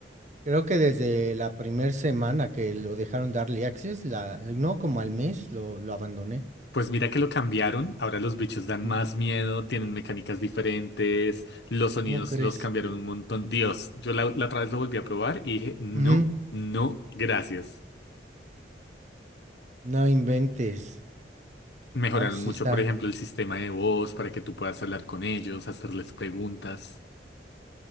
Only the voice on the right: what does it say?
Creo que desde la primera semana que lo dejaron de Early Access, la, no como al mes, lo, lo abandoné.
Ujú.
¿Cómo crees?
Ujú.
No inventes.
No, pues sí
está.